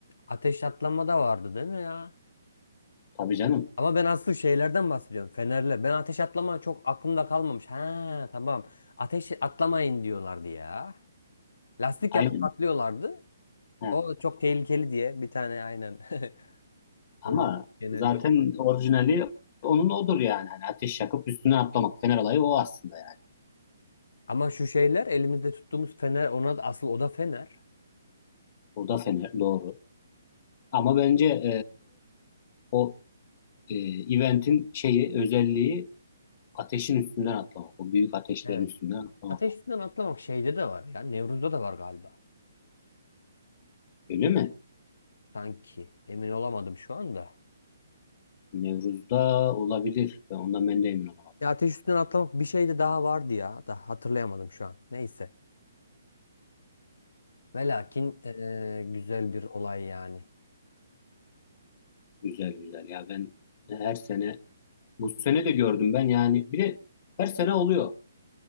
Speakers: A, on the left; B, on the left.
A: Ateş atlama da vardı değil mi ya?
B: Tabii canım.
A: Ama ben asıl şeylerden bahsediyorum. fenerle Ben ateş atlama çok aklımda kalmamış. Ha tamam. Ateş atlamayın diyorlardı ya. Lastik
B: Aynen.
A: yakıp patlıyorlardı.
B: Ha,
A: O çok tehlikeli diye bir tane aynen. <laughs>
B: Ama
A: Öyle genel
B: zaten
A: bir şey var.
B: orijinali onun odur yani. Hani ateş yakıp üstüne atlamak. Fener olayı o aslında yani.
A: Ama şu şeyler elimizde tuttuğumuz fener ona da asıl o da fener.
B: O da fener doğru. Ama bence O e, eventin şeyi, özelliği ateşin üstünden atlamak. O büyük ateşlerin
A: Evet.
B: üstünden atlamak.
A: Ateş üstünden atlamak şeyde de var ya. Nevruz'da da var galiba.
B: Öyle mi?
A: Sanki. Emin olamadım şu anda.
B: Nevruz'da olabilir. Ben ondan ben de emin olamadım.
A: Ya ateş üstünden atlamak bir şey de daha vardı ya. Da hatırlayamadım şu an. Neyse. Ve lakin eee, güzel bir olay yani.
B: Güzel güzel. Ya ben her sene, bu sene de gördüm ben yani. Bir de her sene oluyor.